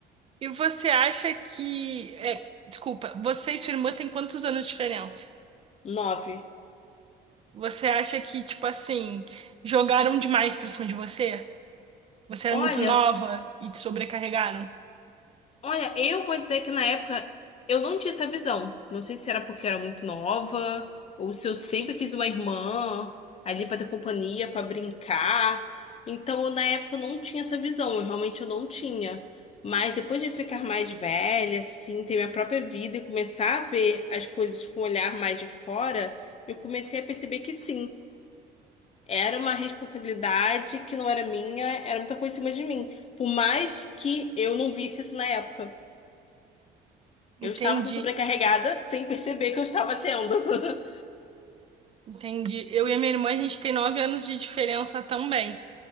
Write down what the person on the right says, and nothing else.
E você acha que. É, desculpa, você e sua irmã têm quantos anos de diferença?
Você acha que, tipo assim, jogaram demais pra cima de você? Você
era muito nova e te sobrecarregaram?
Entendi,
entendi. Eu e a minha irmã, a gente tem nove anos de diferença também.